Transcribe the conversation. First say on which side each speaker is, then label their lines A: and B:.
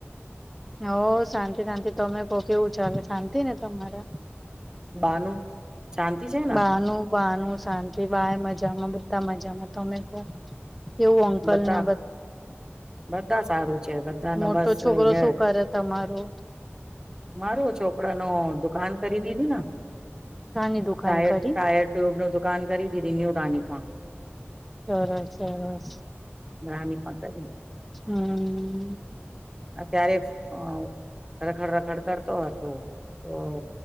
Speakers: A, in the centre; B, on the right.
A: <unintelligible> શાંતિ શાંતિ તમે કો કેવું ચાલે શાંતિ ને તમારા?
B: બાનું શાંતિ છે ને?
A: બાનું બાનું શાંતિ બાએ મજામાં બધા મજામાં તમે કહો? કેવું અંકલ
B: બધા
A: ને
B: બધા સારું છે. <unintelligible> અને
A: મોટો
B: બસ
A: છોકરો
B: <unintelligible>
A: શું કરે તમારો
B: મારું છોકરા નું દુકાન કરી દીધું ને <unintelligible>
A: શાની દુકાન
B: ટાયર
A: કરી
B: ટાયર ટ્યુબનું દુકાન? દુકાન કરી દીધી ન્યુ રાણીપ માં
A: સરસ સરસ
B: રાણીપ માં કરી <unintelligible>
A: હમ
B: અત્યારે <inaudible> અ રખડ રખડ કરતો હતો. હા.